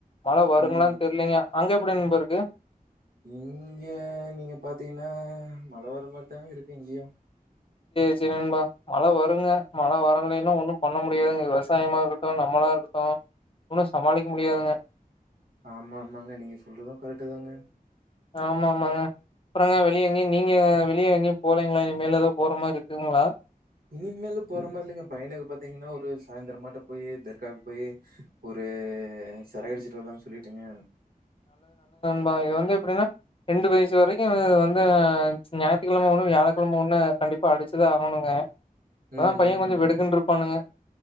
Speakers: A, on the left; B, on the right.
A: மழ வருங்லான்
B: ம்
A: தெர்லீங்க அங்க எப்டி நண்பா இருக் கு
B: இங்கெ நீங்க பாத்தீங்னா மழ வர்ற மாரிதாங்க இருக்கு இங்கியு
A: சேர் நண்பா மழ வருங்க மழ வரலீனா ஒன்னும் பண்ண முடியாதுங் விவசாயமா இருக்கட்டு நம்மளா இருக்கட்டு ஒன்னு சமாளிக்க முடியாதுங்க
B: ஆமா ஆமாங்க நீங்க சொல்றது கரெக்ட்டுதாங்க
A: ஆமா ஆமாங்க அப்பறொங்க வெளிய எங்கயு நீங்க வெளிய எங்கயு போலீங்களா இனிமேலு எதா போற மார் ருக்குங்களா
B: இனிமேலு போற மாரி இல்லிங்க பையனுக்கு பாத்தீங்கன்னா ஒரு சாய்ந்தரமாட்டொ போயி தர்காக்கு போயி ஒரு சர அடிச்சிட்டு வர்லான் சொல்லிட்டுங்க
A: ஆ இது வந்து எப்புடின்னா ரெண்டு வயசு வரைக்கு நா வந்து ஞாயித்துக்கிழம ஒண்ணு வியாழக்கிழம ஒண்ணு கண்டிப்பா அடிச்சுதா ஆகணுங்க அப்பதான்
B: ம்
A: பையன்
B: ம்
A: கொஞ்சம்
B: ம்
A: வெடுக்குன்னு இருப்பானுங்க.